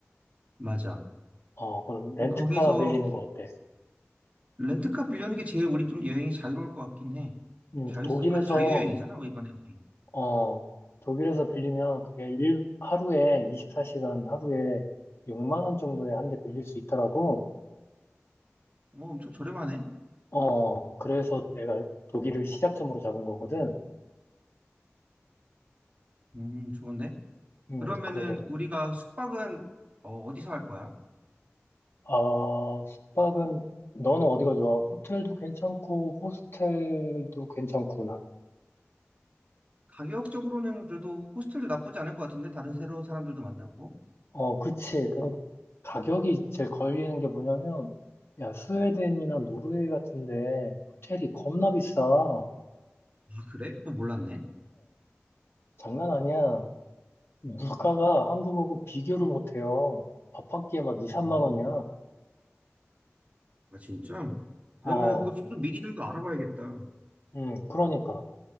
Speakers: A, on the right; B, on the left.
A: 맞아.
B: 어, 그럼 렌트카
A: 이- 거기서
B: 빌리는 거 어때?
A: 렌트카 빌려는 게 제일 우리 좀 여행이 자유로울 것 같긴 해.
B: 음,
A: 자유성,
B: 독일에서
A: 그래도 자유여행이잖아, 어, 이번에 우리.
B: 어, 독일에서 빌리면 그게 일 하루에 24시간 하루에 6만 원 정도에 한 대 빌릴 수 있더라고.
A: 뭐 엄청 저렴하네.
B: 어, 그래서 내가 독일을 시작점으로 잡은 거거든.
A: 음, 좋은데?
B: 음,
A: 그러면은
B: 그래서,
A: 우리가 숙박은 어, 어디서 할 거야?
B: 아, 숙박은, 너는 어디가 좋아? 호텔도 괜찮고, 호스텔도 괜찮고, 난.
A: 가격적으로는 그래도 호스텔도 나쁘지 않을 것 같은데? 다른 새로운 사람들도 만나고.
B: 어, 그치. 그, 가격이 제일 걸리는 게 뭐냐면, 야, 스웨덴이나 노르웨이 같은데, 호텔이 겁나 비싸. 어,
A: 아, 그래? 또 몰랐네.
B: 장난 아니야. 물가가 한국하고 비교를 못해요. 밥 한 끼에 막 2, 3만
A: 음.
B: 원이야.
A: 아, 진짜? 그러면
B: 어,
A: 그거 좀 더 미리 좀 더 알아봐야겠다.
B: 음, 그러니까.